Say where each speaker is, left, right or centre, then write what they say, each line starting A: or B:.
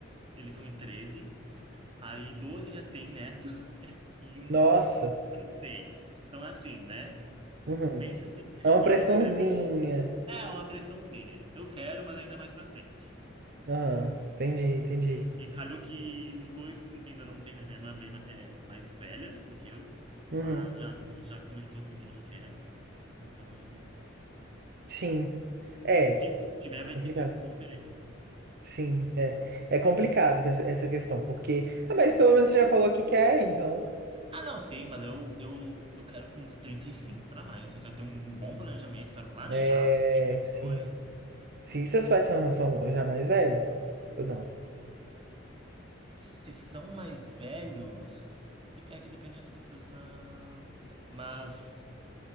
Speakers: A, on the right; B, on the right.
A: eles são em 13 aí 12 já tem neto <laughs> e um
B: Nossa.
A: não tem. Então, é assim, né?
B: Uhum.
A: Pense se eu
B: É uma
A: eu
B: pressãozinha.
A: não quisesse. É uma pressãozinha. Eu quero, mas ainda mais pra frente.
B: Aham. Entendi, entendi.
A: Ju- E calhou que os dois ainda não tem, né? Minha irmã é bem ma- é, mais velha do que eu,
B: Uhum.
A: mas já, já comentou assim que não quer. Então.
B: Sim. É,
A: Se tiver,
B: é
A: vai
B: complicado.
A: ter, eu vou ser ele.
B: Sim, é. É complicado que essa essa questão, porque. Ah, mas pelo menos você já falou que quer, então.
A: Ah, não, sim, mas eu, eu, eu quero com uns 35 para mais, assim, eu quero ter um bom planejamento, quero planejar,
B: É,
A: ter condições.
B: sim. Sim, seus pais
A: Então,
B: são, são já mais velhos? Ou não?
A: se são mais velhos, é que depende das- da sua... Mas